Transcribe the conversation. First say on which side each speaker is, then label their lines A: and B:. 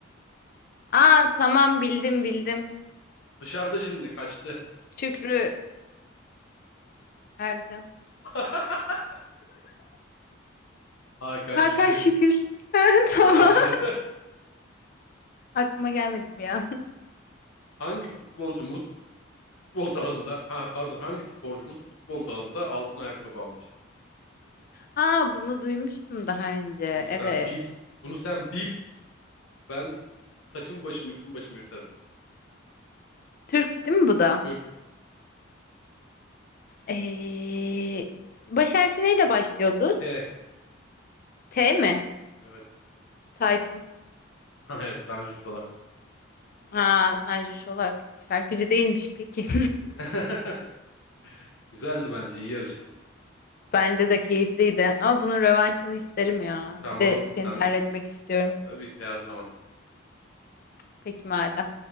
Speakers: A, on the left (about 45°); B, on the left (about 70°).
A: Aa tamam bildim bildim.
B: Dışarıda şimdi kaçtı.
A: Şükrü Erdem.
B: <laughs> Hakan
A: Hakan
B: Şükür.
A: Şükür. <laughs> Tamam.
B: Aynen.
A: Aklıma gelmedi bir an.
B: <laughs> Hangi futbolcumuz futbol dalında ha pardon hangi sporcumuz futbol dalında altın ayakkabı almıştı?
A: Aa bunu duymuştum daha önce.
B: Bunu sen
A: Evet.
B: bil. Bunu sen bil. Ben saçım başım üstüm başım yırtarım.
A: Türk değil mi bu da?
B: Türk.
A: Ee, baş harfi neyle başlıyordu?
B: T.
A: T mi?
B: Evet.
A: Tayfun.
B: <laughs> Hayır Tanju Çolak'tı.
A: Aa Tanju Çolak. Şarkıcı değilmiş peki.
B: <laughs> Güzeldi bence. iyi yarıştın.
A: <laughs> Bence de keyifliydi. Ama bunun rövanşını isterim ya.
B: Tamam.
A: Bir de seni
B: Sen
A: terletmek istiyorum.
B: tabii ki her zaman.
A: Peki madem.